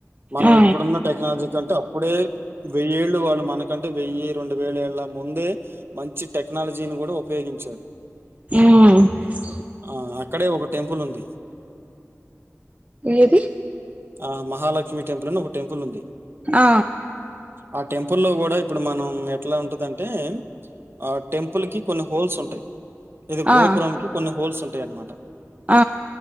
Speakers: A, on the right; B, on the right.
A: మనం
B: ఆ
A: ఇప్పుడున్న టెక్నాలజీ కంటే అప్పుడే వెయ్యేళ్ళు వాళ్ళు మనకంటే వెయ్యి రెండు వేల ఏళ్ళ ముందే మంచి టెక్నాలజీని కూడా ఉపయోగించారు.
B: ఆ
A: ఆ అక్కడే ఒక టెంపుల్ ఉంది.
B: ఏది
A: ఆ మహాలలక్ష్మి టెంల్ అని ఒక టెంపుల్ ఉంది.
B: ఆ
A: ఆ టెంపుల్ లో కూడా ఇప్పుడు మనం ఎట్లా ఉంటదంటే ఆ టెంపుల్ కి కొన్ని హోల్స్ ఉంటాయి. ఇది గోపురం
B: ఆ
A: కి కొన్ని హోల్స్ ఉంటాయి అన్నమాట
B: ఆ